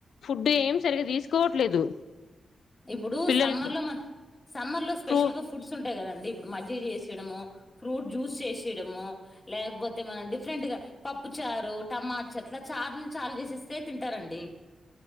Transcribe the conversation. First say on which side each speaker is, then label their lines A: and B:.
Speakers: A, on the left; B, on the left.
A: ఫుడ్ ఏం సరిగ్గా తీసుకోవట్లేదు
B: ఇప్పుడు
A: పిల్లలకి
B: సమ్మర్ లో మ సమ్మర్ లో స్పెషల్
A: ప్రూ
B: గా ఫుడ్స్ ఉంటాయి కదండి ఇప్పుడు మజ్జి చేసి ఇవ్వడము. ఫ్రూట్ జ్యూస్ చేసేయడమో లేకపోతే మనం డిఫరెంట్ గా పప్పుచారు, టమాట చాట్లు చార్లు చాలు చేసేస్తే తింటారండి.